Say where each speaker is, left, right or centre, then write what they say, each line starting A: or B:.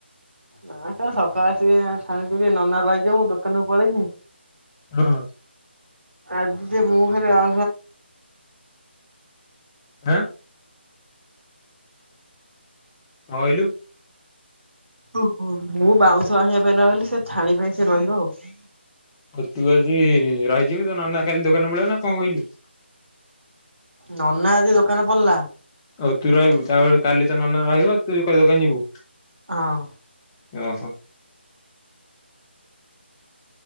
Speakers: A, on the right (about 80°); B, on the left (about 15°).
A: ନା ସ ସକାଳ ଅସି ଖାଣିଥିଲ ନନା ଭାଇଜ ମୁଁ ଦୋକାନକୁ ପଳେଇନି
B: ହଁ
A: ଆଜିିତ ମୋହରେ ଆ
B: ହଁ ହଁ ୋଇଲୁ
A: ଓ ହ ମୁଁ ବାଉଁଶ ଆଣିବା ପାଇଁ ରହିଲି ସେ ଛାଣି ପାଇଁ ସେ ରହିବ ଆଉ
B: ହଁ ତୁ ଆଜି ରହିଯିବୁ ତ ନ ନା କାଲି ଦୋକାନ ପଳଆ ନା କଣ କହିଲୁ
A: ନନା ଆଜି ଦୋକାନ ପଡିଲା
B: ହଉ ତୁ ରହିବୁ ତାପରେ କାଲି ତ ନେଲେ ରହିବ ତୁ କା ଦୋକାନ ଯିବୁ
A: ହଁ
B: ହଶ